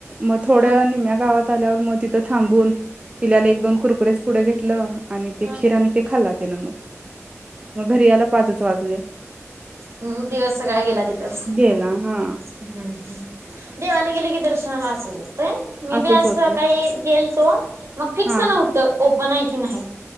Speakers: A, on the right; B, on the right.
A: मग थोडं
B: हा
A: निम्या गावात आल्यावर मग तिथं थांबून पिल्याला एक दोन कुरकुरेच पुढं घेतलं आणि ते
B: हा
A: खिर आणि ते खाला. ते नम मग घरी याला पाचच वाजले.
B: हम्म दिवस सकाळ गेला तिथेच
A: गेला हा
B: हम्म ह् देवाला गेल की दर्शनाला असच मी
A: असंच
B: बी आज
A: होतय
B: सकाळी गेल <unintelligible> मग फिक्स
A: हा
B: नव्हतं. ब <unintelligible> नाही की नाही